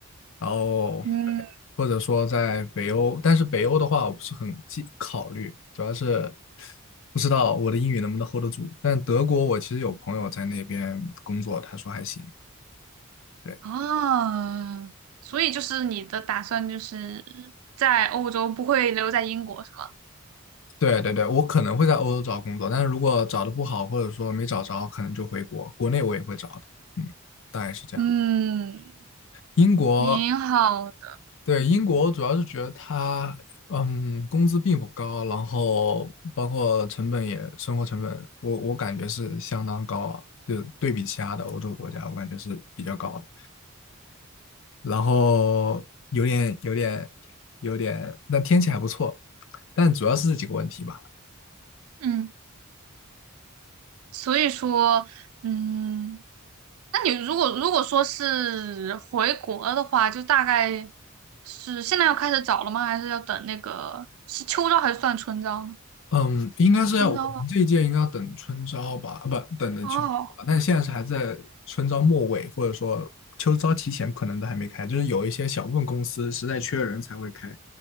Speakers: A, on the left; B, on the right.
A: 然后
B: 嗯，
A: 或者说在北欧，但是北欧的话我不是很记考虑，主要是不知道我的英语能不能 hold 得住。但德国我其实有朋友在那边工作，他说还行。对
B: 哦，所以就是你的打算就是在欧洲，不会留在英国是吗？
A: 对对对，我可能会在欧洲找工作，但是如果找的不好，或者说没找着，可能就回国，国内我也会找的。嗯，大概是这样。
B: 嗯，
A: 英国，
B: 挺好的。
A: 对，英国主要是觉得它，嗯，工资并不高，然后包括成本也，生活成本，我我感觉是相当高啊，就对比其他的欧洲国家，我感觉是比较高的。然后有点有点有点，但天气还不错，但主要是这几个问题吧。
B: 嗯，所以说，嗯，那你如果如果说是回国的话，就大概是现在要开始找了吗？还是要等那个是秋招还是算春招呢？
A: 嗯，应该是要我们这一届应该要等春招吧，
B: 春招吧。
A: 啊不，等等秋招吧，
B: 哦
A: 但现在是还在春招末尾，或者说秋招提前，可能都还没开，就是有一些小部分公司实在缺人才会开